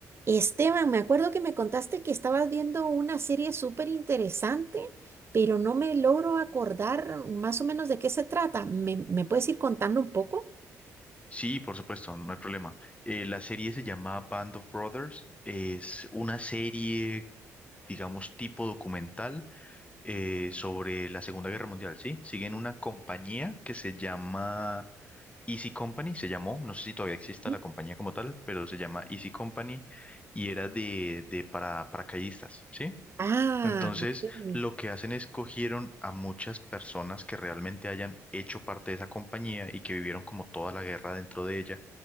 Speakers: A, on the right; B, on the left.
A: Esteban, me acuerdo que me contaste que estabas viendo una serie súper interesante, pero no me logro acordar más o menos de qué se trata. ¿Me, me puedes ir contando un poco?
B: Sí, por supuesto, no hay problema. Eh, la serie se llama Band of Brothers. Es una serie, digamos, tipo documental eh, sobre la Segunda Guerra Mundial, ¿sí? Siguen una compañía que se llama Easy Company, se llamó, no sé si todavía exista
A: Sí.
B: la compañía como tal, pero se llama Easy Company y era de, de para, paracaidistas, ¿sí?
A: Ah,
B: Entonces,
A: ok.
B: lo que hacen es cogieron a muchas personas que realmente hayan hecho parte de esa compañía y que vivieron como toda la guerra dentro de ella